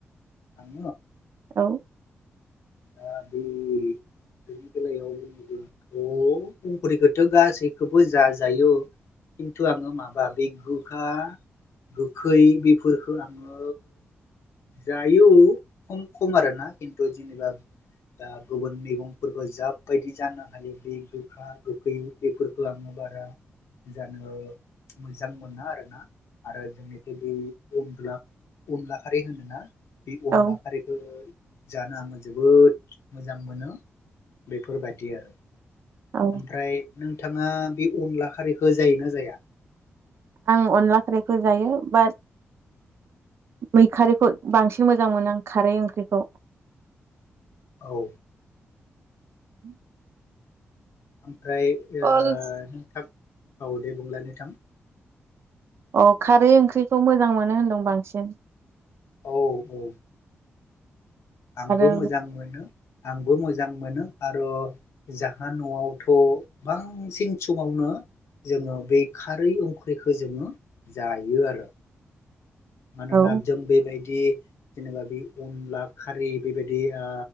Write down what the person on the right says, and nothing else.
औ।
औ
औ
आं अनला खारैखौ जायो बाट बै खारैखौ बांसिन मोजां मोनो आं खारै ओंख्रिखौ।
<inaudible>
अ
ओ खारै ओंख्रिखौ मोजां मोनो होनदों बांसिन।
आरो
औ